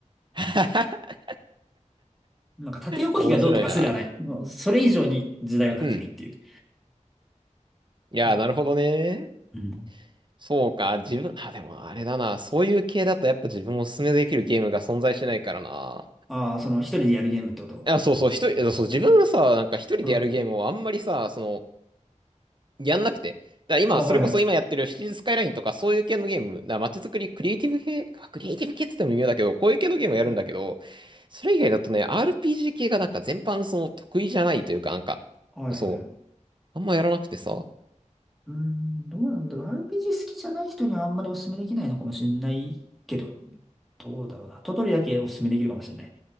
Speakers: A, on the right; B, in the centre.
A: <laughs>
B: なんか縦横比がどうとかすらない。
A: 面白いな。
B: もうそれ以上に時代を感じるっていう。
A: うん。いやー、
B: うん。
A: なるほどね。
B: うん、
A: そうか。自分、あ、でもあれだな。そういう系だとやっぱ自分おすすめできるゲームが存在しないからな。
B: ああ、その一人でやるゲームってこと
A: いや、そうそう、一人、そう、自分はさ、なんか一人でやるゲームをあんまりさ、
B: うん。
A: その、やんなくて。だから今、
B: あ、はいはい。
A: それこそ今やってるシティーズスカイラインとかそういう系のゲーム、だ街づくり、クリエイティブ系、あクリエイティブ系って言っても微妙だけど、こういう系のゲームをやるんだけど、
B: うん
A: それ以外だとね、RPG 系がなんか全般その得意じゃないというか、なんか、
B: はいはいはい。
A: そう、あんまやらなくてさ。
B: うーん、どうなんだろう。RPG 好きじゃない人にはあんまりお勧めできないのかもしれないけど、どうだろうな。トトリだけお勧めできるかもしれない。